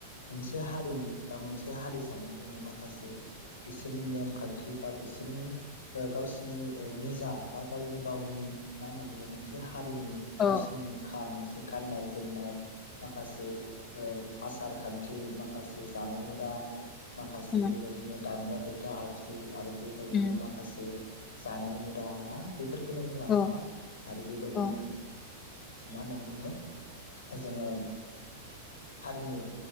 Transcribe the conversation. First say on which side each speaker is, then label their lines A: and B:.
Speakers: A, on the left (about 85°); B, on the left (about 30°).
A: मोनसे हारिनि बा मोनसे हारिसानि जोङो माखासे बिसोरनि नेमखान्थि बा बिसोरनि गावसिनि निजा बा गावनि गावनि मा होनना बुङो मोनसे हारिनि
B: औ
A: गावसिनिखा मोनसे गाननाय जोमनाय। माखासे आसार खान्थि माखासे जानाय हुदा माखासे
B: उम
A: बेबायदिनो दामग्रा देग्रा आगजु आरो बेबायदिनो
B: उम
A: माखासे जानाय हुदा ना बेफोरखौनो बुङा होमबा
B: औ
A: आरो बेबायदिनो।
B: औ
A: मा होनना बुङो जोङो। हारिमु